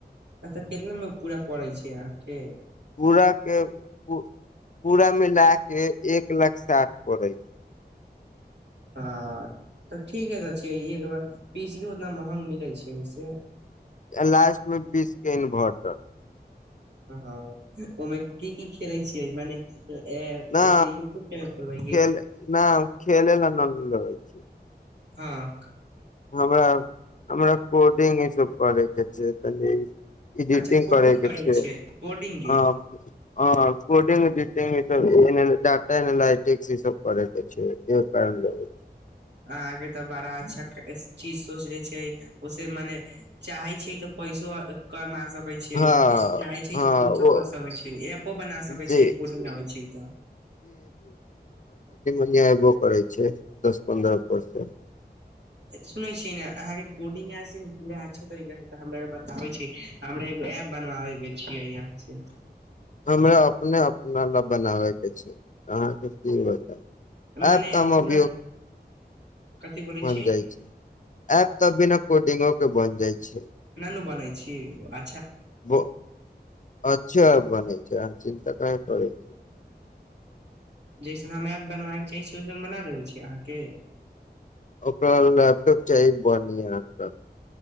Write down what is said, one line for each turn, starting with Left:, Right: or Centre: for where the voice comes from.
Right: अच्छा केतना मे पूरा पड़ै छै अहाँ के।
Left: पूरा के उ पूरा मिला के एक लाख साठ पड़ै छै।
Right: हाँ ते ठीके ते छियै एक लाख पी सी यो ओतना महग मिलै छै ए से।
Left: अ लास्ट मे बीस के इंभर्टर।
Right: हाँ ओय मे की-की खेलै छियै, मने ए,
Left: ना
Right: ऐसे यूट्यूब चैनल खोलबै
Left: खेले ना हम खेले ले लालना छी।
Right: हाँ।
Left: हमरा, हमरा कोडिंग इ सब पढ़े के जे तनी इडिटिंग
Right: अच्छा कोडिंग
Left: करे के
Right: करै
Left: छिये,
Right: छै कोडिंग के
Left: आ आ कोडिंग इडिटिंग <unintelligible> सी सब करै के छै, दे <unintelligible>
Right: अहाँ के ते बड़ा अच्छा चीज सोचले छै, ओ से मने चाहे छै ते पैसो कमा सक होय छीये,
Left: हँ
Right: चाहै छै
Left: हँ
Right: ते कुछो
Left: ओ
Right: कर सकै छै, एपो बना
Left: जी
Right: सकै छै, कोडिंग आबै छै तऽ।
Left: पिऐबो करै छै, दस पन्द्रर परसेंट।
Right: ए सुनै छियै ने अहाँ के कोडिंग आय से पूरा अच्छा तरीका से ते हमरा बताबै छी, हमरा एगो ऐप बनवाबै के छियै इहाँ से।
Left: हमरा अपने अपना ल बनाबय के छै, अहाँ के की बताऊ।
Right: मने
Left: ऐप ते हम
Right: पूरा
Left: अभियो,
Right: कथी बोलै
Left: बन
Right: छियै
Left: जाय छै, ऐप ते बिना कोडिंगो तो बन जाय छै।
Right: ना नु बनै छी, आ
Left: बो अच्छा बने छै, अहाँ चि संक्रैत पड़ै छै।
Right: जैसन हम ऐप बनबाएबे के चाहै छी, ओैसन बना देबै छी अहाँ के।
Left: ओकरा लैपटॉप चाही बन्हिया तऽ